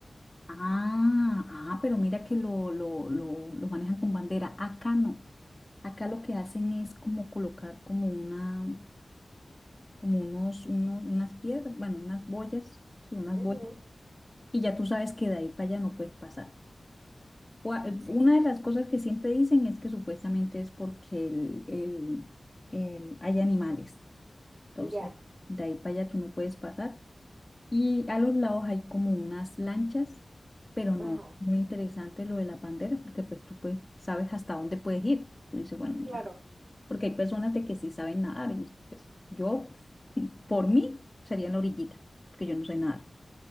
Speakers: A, on the left (about 20°); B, on the right (about 80°).
A: Ah, ah, pero mira que lo, lo, lo, lo manejan con bandera. Acá no. Acá lo que hacen es como colocar como una, como unos, unos, unas piedras, bueno, unas boyas, sí, unas
B: Ujú,
A: boyas, y ya tú sabes que de ahí para allá no puedes pasar. O
B: sí,
A: Una de las cosas que siempre dicen es que supuestamente es porque el, el, el- hay animales. Entonces,
B: Ya.
A: de ahí para allá tú no puedes pasar. Y a los lados hay como unas lanchas, pero Mm.
B: Ajá,
A: no, muy interesante lo de las banderas, porque pues tú pues, sabes hasta dónde puedes ir. Tú dices, bueno, ya,
B: claro.
A: porque hay personas de que sí saben nadar y pues yo, <laughs> por mí, sería en la orillita, porque yo no sé nadar.